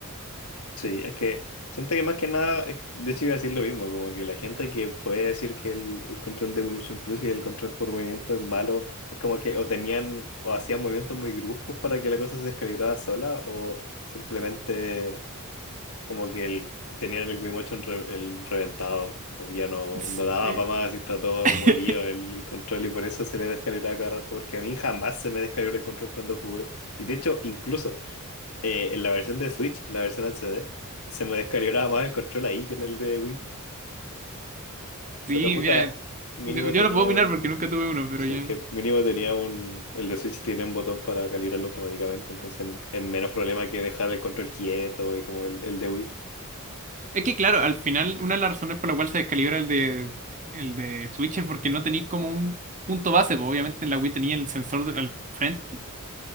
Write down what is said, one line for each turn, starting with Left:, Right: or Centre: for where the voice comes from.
Left: Sí, es que siento que más que nada, eh, de hecho iba a decir lo mismo, como que la gente que puede decir que el, el control de Wii Motion Plus y el control por movimiento es malo, es como que o tenían o hacían movimientos muy bruscos para que la cosa se descalibrara sola o simplemente como que el- tenían el Wii Motion re- el reventado, o ya no,
Right: <laughs> Sí,
Left: no daba para más y está todo
Right: <laughs>
Left: molido el, el control y por eso se le descalibraba cada rato, porque a mí jamás se me descalibró el control cuando jugué. Y de hecho, incluso eh, en la versión de Switch, la versión HD, se me descalibraba más el control ahí que en el de Wii.
Right: Sí,
Left: Pero puta,
Right: mira,
Left: mínimo
Right: yo, yo
Left: tenía
Right: no puedo opinar
Left: un...
Right: porque nunca tuve uno, pero
Left: Sí,
Right: ya.
Left: que mínimo tenía un... El de Switch tiene un botón para calibrarlo automáticamente, entonces es menos problema que dejar el control quieto y como el, el de Wii.
Right: Es que claro, al final una de las razones por la cual se descalibra el de, el de Switch es porque no tenéis como un punto base, pues obviamente en la Wii tenía el sensor de- al frente,